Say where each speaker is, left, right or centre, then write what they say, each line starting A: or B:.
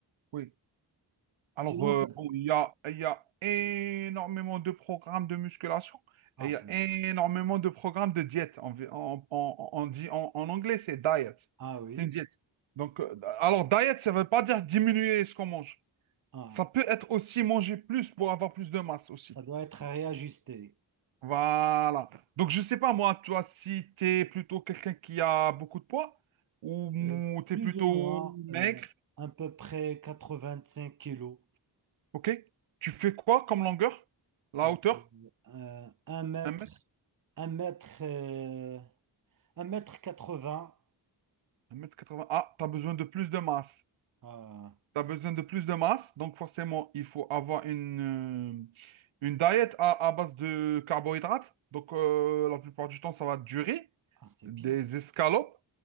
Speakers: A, on the right; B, on the right.
A: Oui. Alors,
B: Sinon,
A: euh,
B: ça...
A: bon, il y a, il y a énormément de programmes de musculation
B: Ah,
A: et il
B: ça-
A: y a énormément de programmes de diète. On, vi- on- on- on dit en, en anglais, c'est diet.
B: ah oui,
A: C'est une diète. Donc, euh, alors, diet, ça ne veut pas dire diminuer ce qu'on mange.
B: ah,
A: Ça peut être aussi manger plus pour avoir plus de masse aussi.
B: ça doit être réajusté.
A: Voilà. Donc, je sais pas, moi, toi, si t'es plutôt quelqu'un qui a beaucoup de poids ou mou-
B: Euh,
A: t'es
B: plus
A: plutôt
B: ou moins,
A: maigre,
B: euh, à peu près 85 kilos,
A: ok? Tu fais quoi comme longueur? La
B: euh,
A: hauteur?
B: euh, un mètre,
A: Un mètre,
B: un mètre. euh, 1m80.
A: Un mètre quatre-vingts Ah, t'as besoin de plus de masse.
B: euh,
A: Tu as besoin de plus de masse, donc forcément, il faut avoir une, euh, une diète à, à base de carbohydrates. Donc, euh, la plupart du temps, ça va durer.
B: ah, c'est
A: Des
B: bien.
A: escalopes,